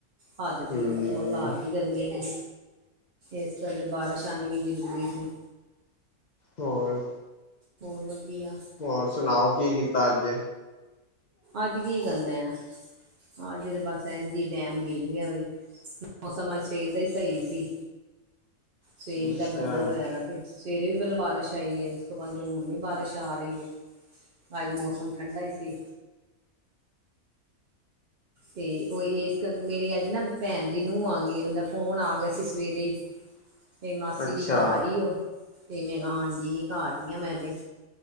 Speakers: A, on the right (about 50°); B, on the left (about 50°).
A: ਹੱਦ ਤੇ
B: ਹਮ
A: ਮਤਲਬ ਮੁਕਾਤੀ ਗਰਮੀ ਨੇ ਇਸ ਕਰਕੇ ਬਾਰਿਸ਼ ਆਣੀ ਵੀ ਜ਼ਰੂਰੀ ਸੀ
B: ਹੋਰ
A: ਹੋਰ ਵਧੀਆ
B: ਹੋਰ ਸੁਣਾਓ ਕੀ ਕੀਤਾ ਅੱਜ
A: ਅੱਜ ਕੀ ਕਰਨਾ ਅੱਜ ਤੇ ਬਸ ਇਂਜ ਹੀ ਟੈਮ ਬੀਤ ਗਿਆ ਹੋਈ ਮੌਸਮ ਅੱਜ ਸਵੇਰ ਦਾ ਹੀ ਸਹੀ ਸੀ
B: ਅੱਛਾ
A: ਸਵੇਰ ਦਾ ਬੱਦਲ ਹੋਇਆ ਦਾ ਸਵੇਰੇ ਵੀ ਪਹਿਲਾਂ ਬਾਰਿਸ਼ ਆਈ ਐ ਉਸ ਤੋਂ ਬਾਅਦ ਹੁਣ ਵੀ ਬਾਰਿਸ਼ ਆ ਰਹੀ ਐ ਅਜ ਮੌਸਮ ਠੰਡਾ ਹੀ ਸੀ ਤੇ ਉਹ ਇਸ ਕਰਕੇ ਮੇਰੀ ਅੱਜ ਨਾ ਭੈਣ ਦੀ ਨੂੰਹ ਆ ਗਈ ਉਹਦਾ ਫੋਨ ਆ ਗਿਆ ਸੀ ਸਵੇਰੇ ਈ
B: <inaudible>
A: ਤੇ ਮਾਸੀ
B: ਅੱਛਾ
A: ਦੀ ਘਰ ਈ ਓ ਤੇ ਮੈਂ ਕਿਹਾ ਹਾਂਜੀ ਘਰ ਈ ਆ ਮੈਂ ਤੇ